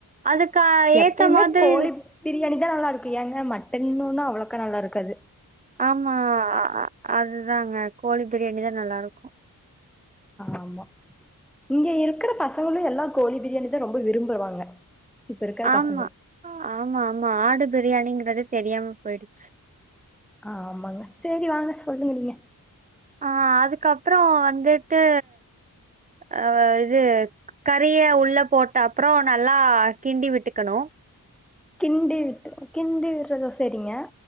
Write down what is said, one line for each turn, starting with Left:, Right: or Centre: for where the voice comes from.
Right: அதுக்கு அஹ்,
Centre: எப்பயுமே
Right: ஏத்த மாதிரி
Centre: கோழி பிரியாணி தா நல்லாருக்கு ஏங்க மட்டன்னொன்னு அவ்ளோக்கா நல்லாருக்காது
Right: ஆமா அ அ அதுதாங்க கோழி பிரியாணி தா நல்லாருக்கு
Centre: ஆமா இங்க இருக்ற பசங்களு எல்லா கோழி பிரியாணி தா ரொம்ப விரும்புவாங்க இப்ப இருக்கிற
Right: ஆமா
Centre: பசங்க
Right: ஆமாமா ஆடு பிரியாணிங்கரதே தெரியாம போயிடுச்சு
Centre: ஆமாங்க சரி வாங்க சொல்லுங்க நீீங்க
Right: ஆ அதுக்கப்பறோ வந்துட்டு அ இது க கறிய உள்ள போட்ட அப்றோ நல்லா கிண்டி விட்டுக்கணு
Centre: கிண்டி விட்டு கிண்டி விட்றது சரிங்க